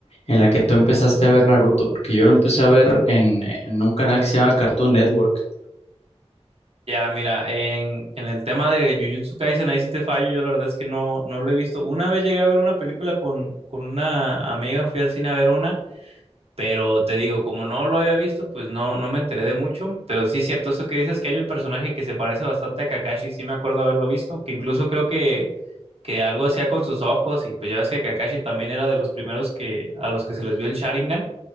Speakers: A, on the left (about 65°); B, on the right (about 60°).
A: en la que tú empezaste a ver Naruto, porque yo lo empecé a ver en, en un canal que se llama Cartoon Network.
B: Ya, mira, en, en el tema de Jujutsu Kaisen, ahí sí te fallo, yo la verdad es que no, no lo he visto. Una vez llegué a ver una película con, con una amiga, fui al cine a ver una. Pero te digo, como no lo había visto, pues no, no me enteré de mucho. Pero sí es cierto eso que dices que hay un personaje que se parece bastante a Kakashi. Sí me acuerdo haberlo visto, que incluso creo que, que algo hacía con sus ojos. Y pues ya ves que Kakashi también era de los primeros que, a los que se les vio el Sharingan.